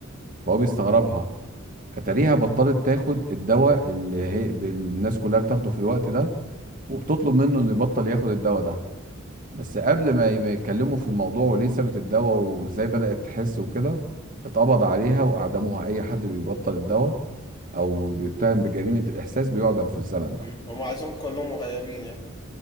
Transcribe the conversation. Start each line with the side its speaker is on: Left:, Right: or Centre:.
Right: فهو بيستغربها اتاريها بطلت تاخد الدواء اللي هي ب- الناس كلها بتاخده في الوقت ده وبتطلب منه انه يبطل ياخد الدواء ده بس قبل ما ي- ما يتكلموا في الموضوع وليه سابت الدواء وازاي بدأت تحس وكده اتقبض عليها واعدموها اي حد بيبطل الدواء او بيتهم بجريمة الاحساس بيعدم في الزمن
Left: مم.
Right: ده
Left: هما عايزين كلهم غيابين يعني